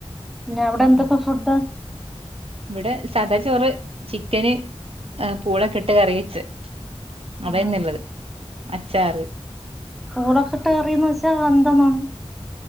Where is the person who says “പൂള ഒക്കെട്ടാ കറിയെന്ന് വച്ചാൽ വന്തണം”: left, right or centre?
Centre